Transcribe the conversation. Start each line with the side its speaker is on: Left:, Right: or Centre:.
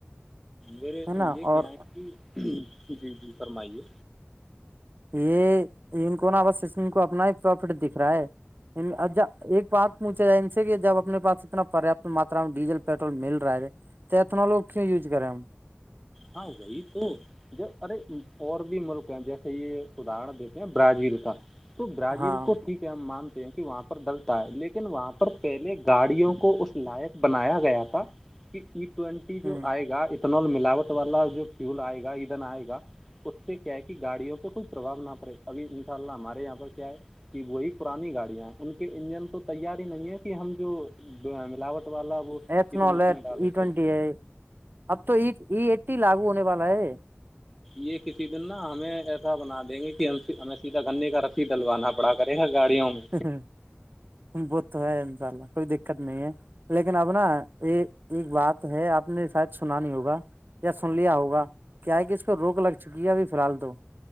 Centre: میرے
Right: ہے نا
Centre: یہ
Right: اور
Centre: کیا ہے کہ جی جی فرمائیے
Right: یہ ان کو نا بس کو اپنا ہی پروفٹ دکھ رہا ہے اھا ایک بات پوچھا جائے ان سے کہ جب اپنے پس اتنا پریاپت ماترا میں ڈیزل پیٹرول مل رہا ہے تو اتنا لگ کیوں یوز کریں ہم
Centre: ہاں وہی تو ج ارے اور بھی ملک ہیں جیسے یہ ادرن دیتے ہیں برازیل کا تو برازیل
Right: ہاں
Centre: کو ٹھیک ہم مانتے ہیں کہ وہاں پر ڈلتا ہے لیکن وہاں پر پہلے گاڑیوں کو اس لائق بنایا گیا تھا کہ ای ٹوینٹی جو
Right: ہ
Centre: آئے گا اتنال ملاوٹ والا جو فیول آئے گا ادن آئے گا اس سے کیا ہے کہ گاڑیوں پہ کوئی پربھؤ نہ پڑے ابھی ان شاء اللہ ہمارے یہاں پر کیا ہے کہ وہی پرانی گاڑیاں ہیں ان کے انجن تو تیار ہی نہیں ہے کہ ہم جو ملاوٹ والا وہ
Right: ایتن
Centre: ادھن اس میں ڈالیں
Right: ای ٹوینٹی
Centre: تھے
Right: ای اب تو ای ایٹی لاگو ہونے والا ہے
Centre: یہ کسی دن نا ہمیں ایسا بنا دیں گے کہ ہم ہمیں سیدھا گنے کا رسی ڈلوانا پڑا کرے گا گاڑیوں میں
Right: ب تو ہے انشاء اللہ کوئی دقت نہیں ہے لیکن اب نا یہ ایک بات ہے آپ نے شاید سنا نہیں ہوگا یا سن لیا ہوگا کیا ہے کہ اس پہ روک لگ چکی ہے ابھی فی الحال تو